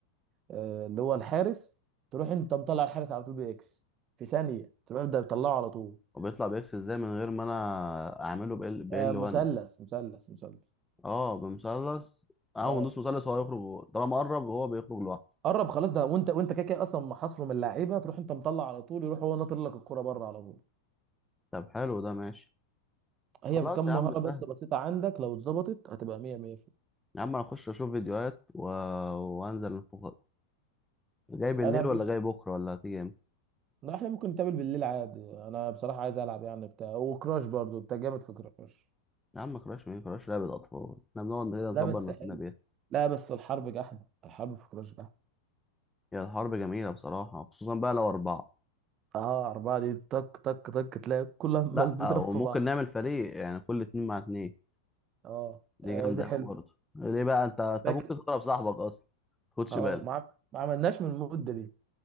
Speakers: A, on the right; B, in the centre.
A: آه، اللي هو الحارس تروح انت مطلع الحارس على طول باكس في ثانيه تروح ده تطلعه على طول
B: وبيطلع باكس ازاي من غير ما انا اعمله ب
A: آه
B: ال
A: مثلث
B: 1
A: مثلث مثلث
B: اه بمثلث اول
A: اه
B: ما ندوس مثلث هو يخرج طالما قرب هو بيخرج لوحده
A: قرب خلاص ده وانت وانت كده كده اصلا محاصره من اللعيبه تروح انت مطلع على طول يروح هو ناطر لك الكره بره على طول
B: طب حلو ده ماشي
A: هي
B: خلاص
A: في كام
B: يا عم
A: مهاره
B: سهل
A: بس بسيطه عندك لو اتظبطت هتبقى 100 100
B: يا عم انا اخش اشوف فيديوهات و... وانزل الفوق جاي بالليل
A: انا ب...
B: ولا جاي بكره ولا هتيجي امتى
A: لا احنا ممكن نتقابل بالليل عادي انا بصراحه عايز العب يعني بتاع وكراش برضو انت جامد في كراش
B: يا عم كراش مين كراش لعبة اطفال احنا بنقعد كده نظبط
A: لا بس
B: نفسنا
A: حلو
B: بيها
A: لا بس الحرب جحد الحرب في كراش جحد
B: هي الحرب جميلة بصراحة خصوصا بقى لو اربعة
A: اه أربعة دي طك طك طك تلاقي كل عمال
B: لا
A: بيضرب
B: وممكن
A: في بعض
B: نعمل فريق يعني كل اتنين مع اتنين
A: اه
B: دي
A: آه،
B: جامدة
A: دي حلوة
B: أوي برضه ليه بقى انت انت
A: لكن
B: ممكن تضرب صاحبك اصلا خدش
A: اه
B: بالك
A: ما ما عملناش من المدة دي